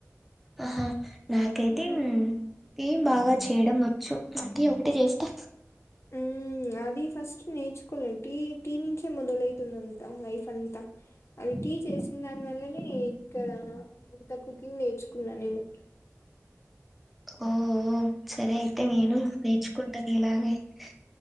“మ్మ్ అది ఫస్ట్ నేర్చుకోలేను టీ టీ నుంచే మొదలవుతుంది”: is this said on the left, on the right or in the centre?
Left